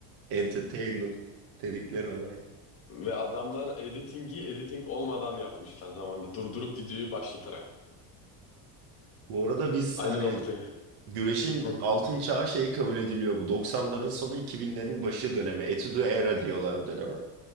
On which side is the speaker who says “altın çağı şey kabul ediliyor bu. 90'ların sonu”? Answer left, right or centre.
Right